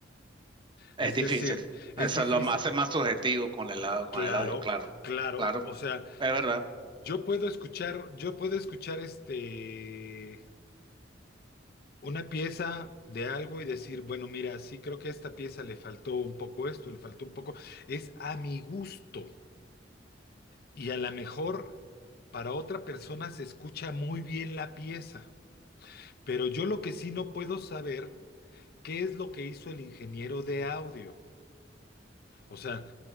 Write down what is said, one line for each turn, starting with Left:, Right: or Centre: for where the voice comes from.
Left: Es
Right: Es difícil.
Left: decir, es
Right: Eso
Left: difícil.
Right: es lo más, hace más subjetivo con el, au-
Left: Claro,
Right: con el audio, claro.
Left: claro.
Right: Claro,
Left: O sea,
Right: es verdad.
Left: yo puedo escuchar, yo puedo escuchar este una pieza de algo y decir, bueno, mira, sí creo que a esta pieza le faltó un poco esto, le faltó un poco. Es a mi gusto. Y a lo mejor para otra persona se escucha muy bien la pieza. Pero yo lo que sí no puedo saber, ¿qué es lo que hizo el ingeniero de audio? O sea,